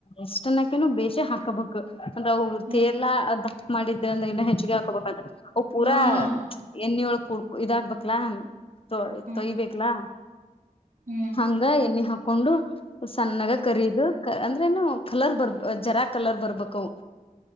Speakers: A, on the left; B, on the right.
A: ಎಷ್ಟನಕ್ಕನು ಬೇಶಿ ಹಾಕೋಬೇಕು ಅಂದ್ರೆ ಅ
B: ಹ್ಮ್
A: ತೇರ್ಲಾ ಅ ಮಾಡಿದ್ದೆ ಅಂದ್ರೆ ಇನ್ನ ಹೆಚ್ಚಿಗೆ ಹಾಕೋಬಬೇಕತ್ತ ಪೂರಾ
B: ಹ್ಮ್ ಹ್ಮ್
A: ಎಣ್ಣಿ ಒಳಗ್ ಕುಡ್ ಇದಾಗಕ್ಬೇಕಕ್ಲಾ ತೊ ತೊಯಿಬೇಕಕ್ಲಾ
B: ಹ್ಮ್ ಹ್ಮ್
A: ಹಂಗ ಎಲ್ಲಿ ಹಾಕೊಂಡು ಸಣ್ಣಾಗ ಕರೀು ಅಂದ್ರೆ ನು ಕಲರ್ ಬರ್ಬ ಜರಾಕ್ ಕಲರ್ ಬರ್ಬೇಕು